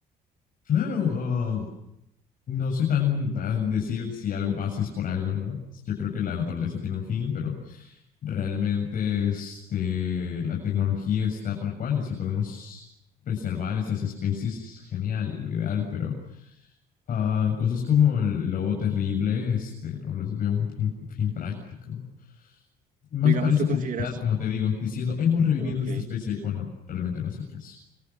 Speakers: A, on the left; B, on the right.
A: claro, ah, no soy tan a decir si algo pasa es por algo, ¿no? Yo creo que la naturaleza tiene un fin, pero realmente este, la tecnología está para cuáles si podemos preservar estas especies, genial, lo ideal, pero ah, cosas como el lobo terrible, este, no les veo un fin, fin práctico. Más
B: Digamos,
A: parece
B: tú
A: publicidad,
B: consideras,
A: como te digo, diciendo hemos revivido
B: ok,
A: esta especie cuando realmente no es el caso.